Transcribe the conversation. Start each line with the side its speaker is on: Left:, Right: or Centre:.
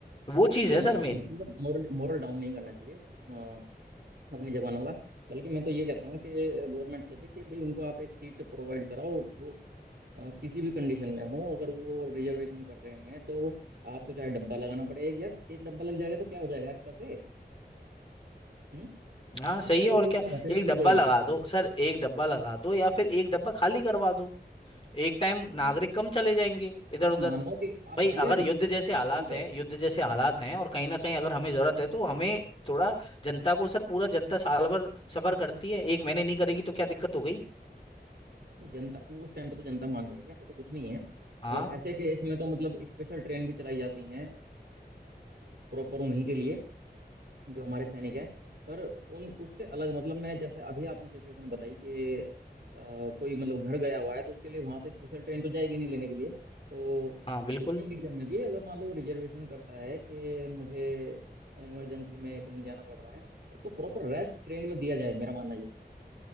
Left: वो चीज़
Right: नहीं, ये
Left: है
Right: होना
Left: सर मेन
Right: चाहिए मतलब मोरल मोरल डाउन नहीं करना चाहिए अ, अपने जवानों का बल्कि मैं तो ये कहता हूँ कि गवर्नमेंट से भी कि भाई उनको आप एक सीट प्रोवाइड कराओ अ, किसी भी कंडीशन में हो अगर वो रिजर्वेशन कर रहे हैं तो आपको चाहे डब्बा लगाना पड़ेगा यार एक डब्बा लग जाएगा तो क्या हो जाएगा एक्टर से हम्म
Left: हाँ सही
Right: ऐसा कि
Left: है
Right: रेलवे
Left: और क्या
Right: इतने घाटे
Left: एक
Right: में चली
Left: डब्बा
Right: जाएगी
Left: लगा दो सर एक डब्बा लगा दो या फिर एक डब्बा खाली करवा दो एक टाइम नागरिक
Right: नहीं,
Left: कम चले जाएंगे इधर
Right: आप
Left: उधर
Right: मानो कि आप
Left: भाई
Right: खाली
Left: अगर
Right: भी मत
Left: युद्ध
Right: कराओ
Left: जैसे
Right: नहीं,
Left: हालात
Right: ठीक है
Left: हैं युद्ध जैसे हालात
Right: हाँ
Left: हैं और कहीं ना कहीं अगर हमें जरूरत है तो हमें थोड़ा जनता को सर पूरा जनता साल भर सफर करती है एक महीने नहीं करेगी तो क्या दिक्कत हो गई
Right: नहीं जनता वो उस टाइम पे तो जनता मान जाएगी ऐसा तो कुछ नहीं है
Left: हाँ
Right: और ऐसे केस में तो मतलब स्पेशल ट्रेन भी चलाई जाती हैं प्रॉपर उन्हीं के लिए जो हमारे सैनिक हैं पर उन उससे अलग मतलब मैं जैसे अभी आपने सिचुएशन बताई कि अ, कोई मतलब घर गया हुआ है तो उसके लिए वहां से स्पेशल ट्रेन तो जाएगी नहीं लेने के लिए तो
Left: हाँ बिल्कुल
Right: उस कंडीशन में भी अगर मान लो रिजर्वेशन करता है कि मुझे इमरजेंसी में कहीं जाना पड़ रहा है तो उसको प्रॉपर रेस्ट ट्रेन में दिया जाए मेरा मानना ये है